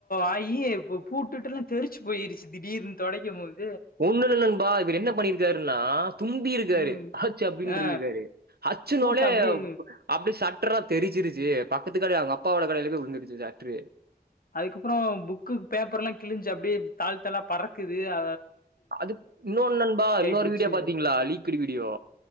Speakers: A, on the left; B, on the right.
A: ஆகி பூட் பூட்கிடுட்டுல்லாம் தெரிச்சி போய் போயிருச்சு திடீர்னு தோடைக்கு போது
B: ஒன்னு இல்ல நண்பா இவரு என்ன பண்ணி இருக்காருன்னா தும்பி இருக்காரு
A: ம்
B: ஹச்சு அப்படின்னு
A: ஆ
B: இருக்காரு ஹச்சு
A: பூட்டு
B: உடனே
A: அப்டியே
B: அப்படி சட் சற்றா தெரிச்சிருச்சு பக்கத்துக் கடை அவங்க அப்பாவோட கடையிலய போய் விழுந்துருச்சு சாட்று
A: அதுக்கப்புற புக்கு பேப்பர் எல்லா கிழிஞ்சு அப்படியே தாள் தாள்லா பறக்குது ஆ
B: அது இன்னொன்னு நண்பா இன்னொரு
A: போச்சு
B: வீடியோ பாத்தீங்களா லீக்ட் வீடியோ